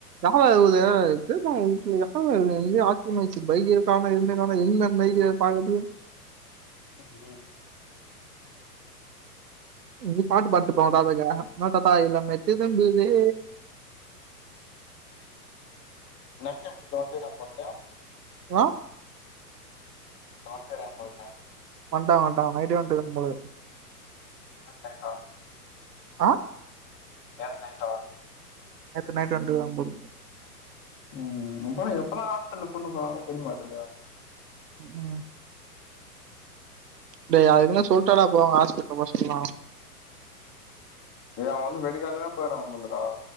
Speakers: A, on the right; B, on the left.
A: யாரா இவுங்க தெரிஞ்சோங்க வீட்ல யார்ரா இவுங்க எங்கயோ இப்டி யோசி பைக் எடுக்காம இருந்தனால என்ன பைக்க பாக்கற்து
B: ம்
A: நீ பாட்டு பாட்ருப்போதாதைக்கு என்ன தாத்தா இளமை திரும்புதே
B: நவீ நவீன் <unintelligible> போக்குது
A: வா
B: !!!!!!!!!!
A: வன்ட்டாங்க வன்ட்டாங்க நைட்டே வந்துருக்கு போல
B: <unintelligible>
A: ஆ
B: நேத்து நைட்டா
A: நேத்து நைட்டு வன்ட்டுக்காங்க போல
B: ம் அப்றோ எப்பலா ஹாஸ்பெட்லுக்கு கூட்ணு போவாங்கனே தெரிமாட்டுதே
A: ம் டே அதுக்குனு சொல்ட்டா டா போவாங்க ஆஸ்பெட்லுக்கு ஒ இஷ்டத்துக்லா
B: ஏ அவே வந்து வெடிகால்னமே போய்றா போல்துடா